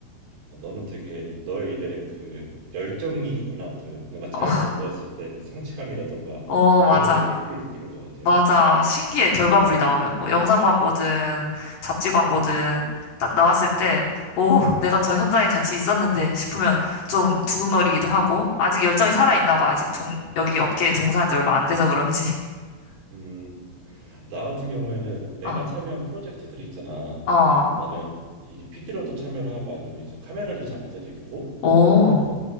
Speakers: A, on the right; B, on the left.
A: 너는 되게 너의 일에 그 열정이 있구나. 그 뭔가 잘
B: 어,
A: 만들었을 때 그 성취감이라던가
B: 어,
A: 이런
B: 맞아.
A: 거를 되게 크게 느끼는 것 같아.
B: 맞아. 신기해. 결과물이 나오면. 뭐 영상 광고든 잡지 광고든 딱 나왔을 때, 오, 내가 저 현장에 같이 있었는데 싶으면 좀 두근거리기도 하고, 아직 열정이 살아있나 봐. 아직 종, 여기 업계에 종사한 지 얼마 안 돼서 그런지.
A: 음, 나 같은 경우에는 내가
B: <laughs>
A: 참여한 프로젝트들 이 있잖아.
B: 어, 어,
A: 나는 이 PD로도 참여를 하고 아니면 이제 카메라를 잡을 때도 있고
B: 오,
A: 뭐